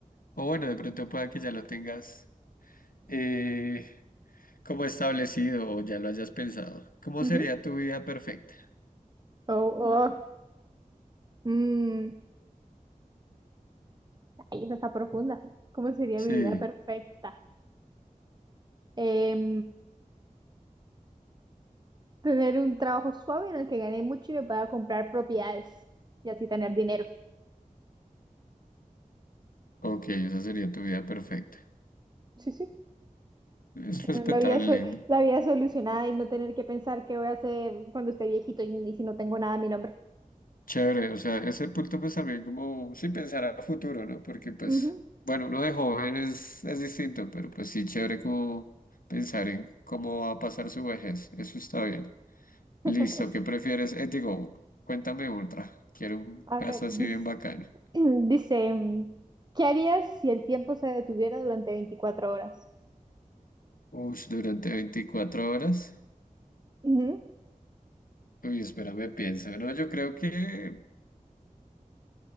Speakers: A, on the left; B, on the right.
A: O bueno, de pronto pueda que ya lo tengas eh, como establecido o ya lo hayas pensado. ¿Cómo
B: ujú.
A: sería tu vida perfecta?
B: Oh, oh, mm, Ay, esa está profunda. ¿Cómo sería
A: Sí,
B: mi vida perfecta? Em, tener un trabajo suave en el que gane mucho y me pueda comprar propiedades y así tener dinero.
A: ok, esa sería tu vida perfecta.
B: Sí, sí.
A: Es
B: Tener
A: respetable,
B: la vida, sol-
A: lindo.
B: la vida solucionada y no tener que pensar qué voy a hacer cuando esté viejito y, y si no tengo nada a mi nombre.
A: Chévere, o sea, ese punto pues también como, sí, pensar a futuro, ¿no? Porque pues,
B: Ujú.
A: bueno, uno de joven es, es distinto, pero pues sí, chévere como pensar en cómo va a pasar su vejez. Eso está bien.
B: <laughs>
A: Listo, ¿qué prefieres? Eh, digo, cuéntame otra. Quiero un
B: A
A: caso
B: ver,
A: así
B: dice,
A: bien bacano.
B: <clears throat> dice, mm, ¿qué harías si el tiempo se detuviera durante veinticuatro horas?
A: Ush, durante 24 horas.
B: Ujú.
A: Uy, espérame, pienso. No, yo creo que,